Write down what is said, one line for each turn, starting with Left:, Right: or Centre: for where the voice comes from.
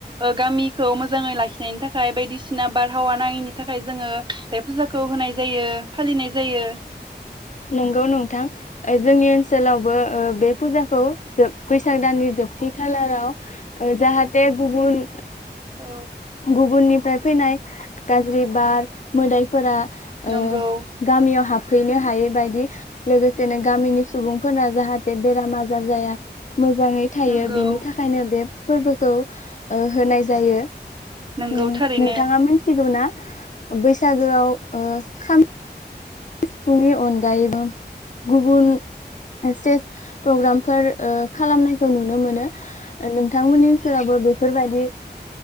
Right: ओ गामि खौ मोजाङै लाखिनायनि थाखाय बायदिसिना बारहावा नाङिनि थाखाय जोङो बे फुजाखौ होनाय जायो फालिनाय जायो
Left: नंगौ नोंथां जोंनि ओनसोलावबो बे फुजाखौ बैसाग दाननि जोबथि खालाराव जाहाथे गुबुन
Right: औ
Left: गुबुननि फ्राय फैनाय गाज्रि बार मोदाय फोरा ओ
Right: नंगौ
Left: गामियाव हाब हैनो हायो बायदि लागो सेनो गामिनि सुबुंफोराना जाहाथे बेराम आजार जाया। मोजाङै थायो
Right: नंगौ
Left: बिनि थाखायनो बे फोरबोखौ ओ होनाय जायो।
Right: नंगौ
Left: ओ
Right: थारैनो
Left: नोंथाङा मिथिगौ ना बैसागोआव ओ खाम सिफुंनि अनगायैबो गुबुन स्टेज प्रग्रामफोर खालामनायखौ नुनो मोनो नोंथांमोननि सोराबो बेफोरबायदि